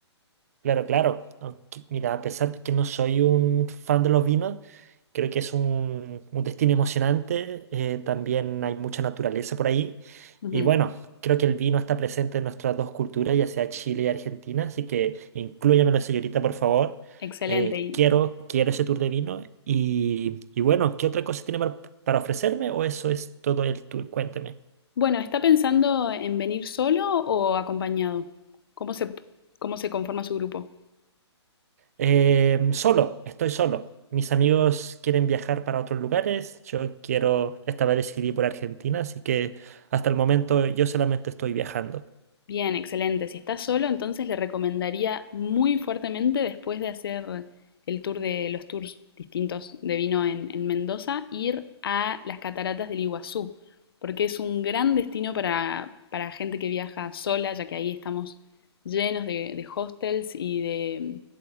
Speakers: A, on the right; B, on the left.
A: Claro, claro. Aunque, mira, a pesar de que no soy un fan de los vinos, creo que es un, un destino emocionante. eh, también hay mucha naturaleza por ahí.
B: Ujú,
A: Y bueno, creo que el vino está presente en nuestras dos culturas, ya sea Chile y Argentina. Así que inclúyamelo, señorita, por favor.
B: Excelente.
A: Eh,
B: Y
A: quiero, quiero ese tour de vino. Y, y bueno, ¿qué otra cosa tiene par- para ofrecerme? ¿O eso es todo el tour? Cuénteme.
B: bueno, ¿está pensando en venir solo o acompañado? ¿Cómo se, cómo se conforma su grupo?
A: Em, solo, estoy solo. Mis amigos quieren viajar para otros lugares. Yo quiero, esta vez decidí por Argentina, así que hasta el momento yo solamente estoy viajando.
B: Bien, excelente. Si estás solo, entonces le recomendaría muy fuertemente después de hacer el tour de los tours distintos de vino en, en Mendoza, ir a las cataratas del Iguazú, porque es un gran destino para, para gente que viaja sola, ya que ahí estamos llenos de, de hostels y de